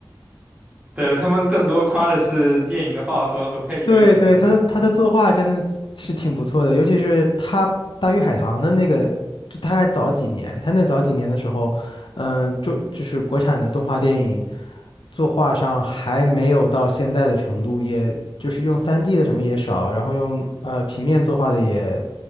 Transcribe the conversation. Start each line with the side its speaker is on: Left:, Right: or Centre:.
Right: 对，他们更多夸的是电影的画风和配乐什么的。
Left: 对对，他的他的作画真的是挺不错的，尤其是他《大鱼海棠》的那个，就他还早几年，他那早几年的时候，嗯、就就是国产的动画电影作画上还没有到现在的程度，也就是用三 d 的什么也少，然后用呃平面作画的也